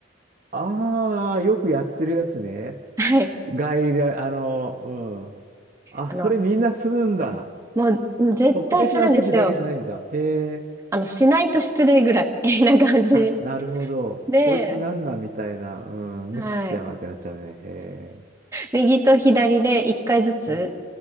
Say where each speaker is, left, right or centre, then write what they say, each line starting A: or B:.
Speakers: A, on the right; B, on the right.
A: ああ、よくやってるやつね。
B: はい。
A: 外来、あの、うん。あ、
B: あの、
A: それみんなするんだ。
B: もう絶対するんですよ。
A: 特別な席だけじゃないんだ。へえ。
B: あの、しないと失礼ぐらい <laughs> みたいな感じ
A: あ、なるほど。
B: で、
A: こいつなんなんみたいな。うん。
B: はい。
A: 無視しやがってなっちゃうね。へえ。
B: 右と左で1回ずつ、
A: うん。